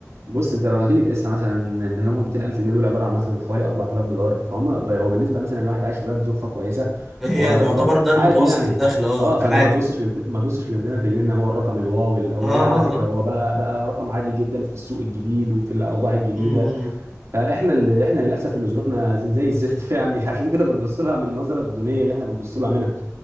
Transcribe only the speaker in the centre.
هي
يعتبر
ده المتوسط
الدخل اه
العادي
اه اه
اه
مم، مم.